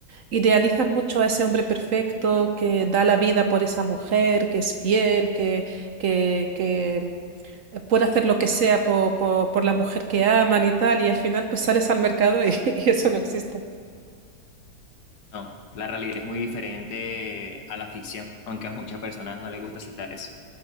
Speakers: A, on the right (about 60°); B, on the left (about 75°).
A: idealizan mucho a ese hombre perfecto que da la vida por esa mujer, que es fiel, que, que, que puede hacer lo que sea po- po- por la mujer que aman y tal, y al final pues sales al mercado y, <laughs> y eso no existe.
B: No, la realidad es muy diferente a la ficción, aunque a muchas personas no les gusta aceptar eso.